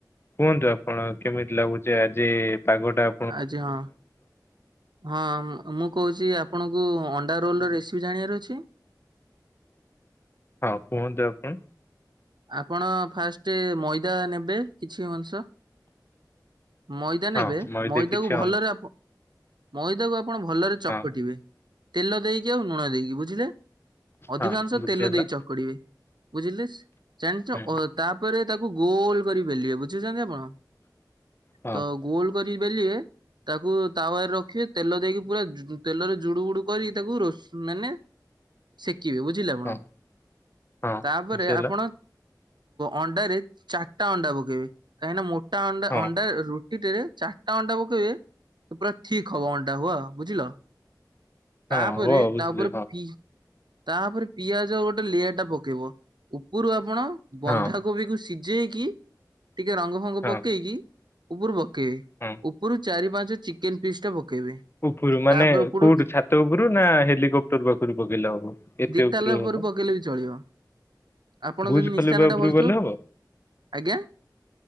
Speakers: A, on the left; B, on the right.
A: କୁହନ୍ତୁ ଆପଣ କେମିତି ଲାଗୁଛି ଆଜି ପାଗଟା।
B: ଆଜି ହଁ। ହଁ ମ ମୁଁ କହୁଛି ଆପଣଙ୍କୁ ଅଣ୍ଡା ରୋଲ ର ରେସିପି ଜାଣିବାର ଅଛି।
A: ହଁ କୁହନ୍ତୁ ଆପଣ।
B: ଆପଣ ଫାଷ୍ଟ ମଇଦା ନେବେ କିଛି ଅଂସ। ମଇଦା
A: ହଁ
B: ନେବେ
A: ମଇଦା
B: ମଇଦାକୁ
A: କିଛି
B: ଭଲରେ
A: ଅନ୍
B: ଆପ ମଇଦାକୁ ଆପଣ ଭଲରେ ଚକଟିବେ।
A: ହଁ
B: ତେଲ ଦେଇକି ଆଉ ଲୁଣ ଦେଇକି ବୁଝିଲେ ଅଧିକାଂଶ
A: ହଁ ବୁଝିହେଲା
B: ତେଲ ଦେଇ ଚକଡିବେ। ବୁଝିଲେସ ଜାଣିଛ
A: ହୁଁ
B: ତାପରେ ତାକୁ ଗୋଲ କରି ବେଲିବେ ବୁଝୁଛନ୍ତି ଆପଣ।
A: ହଁ
B: ତ ଗୋଲ କରି ବେଲିବେ। ତାକୁ ତାୱରେ ରଖିବେ ତେଲ ଦେଇକି ପୁରା ତେଲରେ ଜୁଡୁ ବୁଡୁ କରି ତାକୁ ରୋଷ ମାନେ। ଶେକିବେ ବୁଝିଲେ ଆପଣ
A: ହଁ ହଁ
B: ତାପରେ
A: ବୁଝିହେଲା
B: ଆପଣ। ଅଣ୍ଡାରେ ଚାରିଟା ଅଣ୍ଡା ପକେଇବେ କାହିଁକିନା ମୋଟା ଅଣ୍ଡା
A: ହଁ
B: ଅଣ୍ଡା ରୁ ଟି ଟେରେ ଚାରିଟା ଅଣ୍ଟା ପକେଇବେ ସେ ପୁରା ଥିକ୍ ହବ ଅଣ୍ଟା ହୁଅ ବୁଝିଲ।
A: ହଁ
B: ତାପରେ
A: ବ ବୁଝିଲି
B: ତା ଉପରେ
A: ହଁ।
B: ପି ତାପରେ ପିଆଜ ଗୋଟେ ଲେୟର ଟା ପକେଇବ ଉପରୁ ଆପଣ ବନ୍ଧାକୋବିକୁୁ।
A: ହଁ
B: ସିଝେଇକି ଟିକେ ରଙ୍ଗ ଫଙ୍ଗ
A: ହଁ
B: ପକେଇକି। ଉପରୁ ପକେଇବେ
A: ହଁ
B: ଉପରୁ ଚାରି ପାଞ୍ଚ ଚିକେନ ପିସ୍ ଟା ପକେଇବେ।
A: ଉପରୁ ମାନେ
B: ତାପରେ ଉପରୁ
A: କୋଉଠୁ ଛାତ ଉପରୁ ନା ହେଲିକପ୍ଟର ପାଖରୁ ପକେଇଲା ହବ। ଏତେ
B: ଦିତାଲା ଉପରୁ
A: ହବ
B: ପକେଇଲେ ବି ଚଳିବ। ଆପଣ
A: ଭୁଜ
B: ଯଦି ନିଶାନା
A: ଖଲିବା ଉପରୁ
B: ଟା ଭଲଥିବ
A: ଗଲେ ହବ
B: ଆଜ୍ଞା।